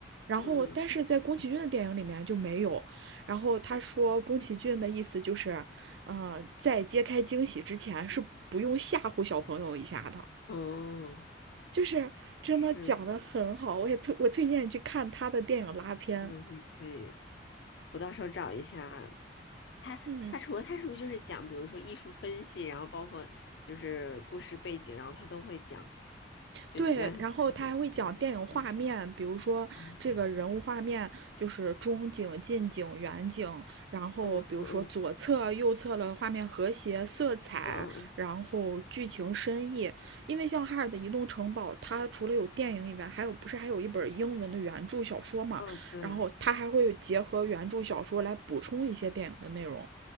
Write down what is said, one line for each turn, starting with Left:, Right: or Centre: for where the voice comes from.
Right: 然后，
Left: 嗯
Right: 但是在宫崎骏的电影里面就没有。然后他说，宫崎骏的意思就是，呃，在揭开惊喜之前是不用吓唬小朋友一下的，
Left: 嗯嗯，
Right: 就是真的讲的很好。
Left: 是，
Right: 我也推我推荐你去看他的电影拉片。
Left: 嗯，你可以，我到时候找一下他。
Right: 嗯，
Left: 他除了他是不是就是讲，比如说艺术分析，然后包括就是故事背景，然后他都会讲。就你刚才讲得很细的那种。
Right: 对，然后他还会讲电影画面，比如说这个人物画面就是中景、
Left: 哦，
Right: 近景、远景，然后比如说左侧、
Left: 嗯嗯
Right: 右侧的画面和谐、色彩，
Left: 嗯嗯嗯
Right: 然后剧情深意。因为像哈尔的移动城堡，它除了有电影以外，还有不是还有一本英文的原著小说嘛？
Left: 嗯，哦，对，
Right: 然后它还会结合原著小说来补充一些电影的内容。